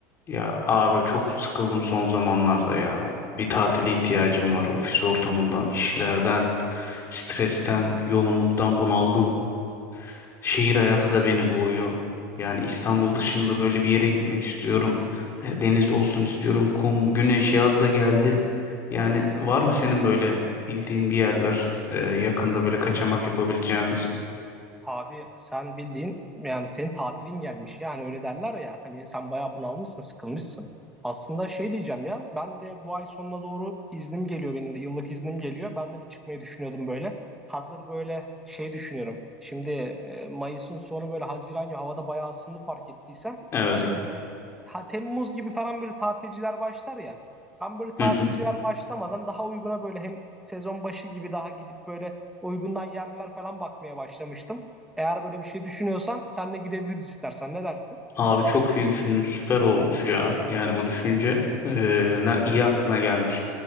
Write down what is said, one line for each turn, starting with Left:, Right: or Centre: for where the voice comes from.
Left: Ya abi çok sıkıldım son zamanlarda ya. Bir tatile ihtiyacım var. Ofis ortamından, işlerden, stresten, yoğunluktan bunaldım. Şehir hayatı da beni boğuyor. Yani İstanbul dışında böyle bir yere gitmek istiyorum. E, Deniz olsun istiyorum, kum, güneş, yaz da geldi. Yani var mı senin böyle bildiğin bir yerler e, yakında böyle kaçamak yapabileceğimiz?
Centre: Abi sen bildiğin yani senin tatilin gelmiş ya hani öyle derler ya hani sen bayağı bunalmışsın sıkılmışsın. Aslında şey diyeceğim ya ben de bu ay sonuna doğru iznim geliyor benim de yıllık iznim geliyor. Ben de bir çıkmayı düşünüyordum böyle. Hazır böyle şey düşünüyorum. Şimdi e, Mayıs'ın sonu böyle Haziran gibi havada bayağı ısındı fark ettiysen.
Left: Evet.
Centre: Şimdi te- ha, Temmuz gibi falan böyle tatilciler başlar ya. Ben böyle tatilciler
Left: <laughs>
Centre: başlamadan daha uyguna böyle hem sezon başı gibi daha gidip böyle uygundan yerler falan bakmaya başlamıştım. Eğer böyle bir şey düşünüyorsan senle gidebiliriz istersen. Ne dersin?
Left: Abi çok iyi düşündün. Süper olmuş ya. Yani bu düşünce eee, ne iyi aklına gelmiş.